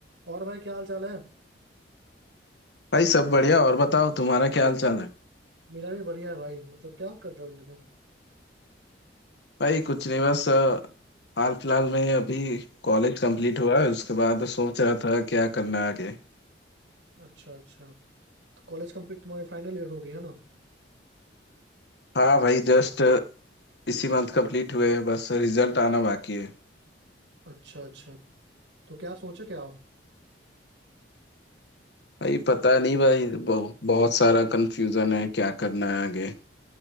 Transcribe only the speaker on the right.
और भाई क्या हाल चाल है
मेरा भी बढ़िया है भाई मतलब क्या कर रहे हो इन दिनों
अच्छा अच्छा तो कॉलेज कंप्लीट तुम्हारी फाइनल ईयर हो गई है ना
अच्छा अच्छा तो क्या सोचे क्या हो